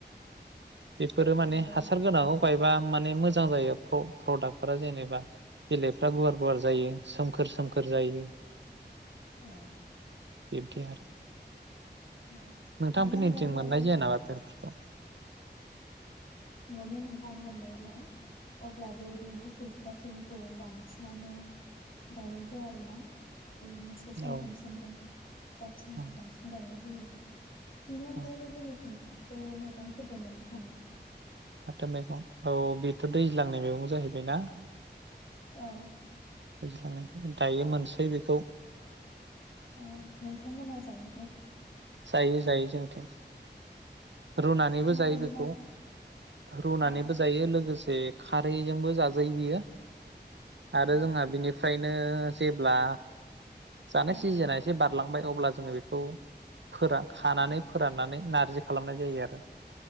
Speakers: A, on the right; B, on the left.
A: बेफोरो माने
B: आरो
A: हासार गोनां गायबा माने मो जां जायो प्र प्रडाक्टफोरा जेनेबा बिलाइफ्रा गुवार गुवार जायो सोमखोर सोमखोर जायो।
B: औ
A: बिब्दि आरो।
B: औ
A: नोंथांफोरनिन्थिं
B: बेनि अनगायैबो
A: मोननाय
B: आरो
A: जाया नामा बेफोरखौ?
B: मोनो नोंथां मोननायालाय अब्लाबो बे गुफुर जाथिनिखौ बांसिनानो गायनाय जाया आरोना। बेनोसै सोमब्रोम
A: औ
B: सोमब्रोम जाथिनिखौ
A: औ
B: बांसिन गायो। दे बिनि अनगायैबो
A: औ
B: जोंनिथिं फाथो मैगं फोरबो मोननो थाङो।
A: फाथो मैगं औ बेथ' दैज्लांनाय मैगं जाहैबायना
B: औ।
A: दैज्लांनायखाय दायो मोनसै बेखौ।
B: औ नोंथांमोना जायो।
A: जायो जायो जोंथिं। रुनानैबो
B: माबायदि
A: जायो बेखौ
B: मा
A: रुनानैबो
B: औ
A: जायो लोगोसे खारैजोंबो जाजायो बियो आरो
B: औ
A: जोंहा बिनि फ्रायनो जेब्ला जानाया
B: उम
A: सिजोन एसे बार खारलांबाय अब्ला जोङो बेखौ फोरान खानानै
B: उम
A: फोराननानै नार रज्रि खालामनाय जायो आरो।